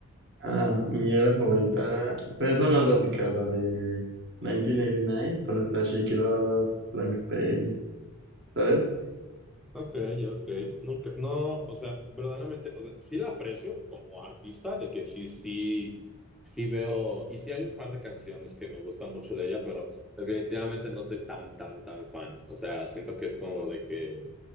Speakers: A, on the right; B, in the centre.
A: Ah, mi era favorita, pues es la más básica, la de 1989, donde está Shake It Off, Blank Space, ¿sabes?
B: Ok, ok. Nunca, no, o sea, verdaderamente, o sea, sí la aprecio como artista, de que sí, sí, sí veo, y sí hay un par de canciones que me gustan mucho de ella, pero definitivamente no soy tan, tan, tan fan. O sea, siento que es como de que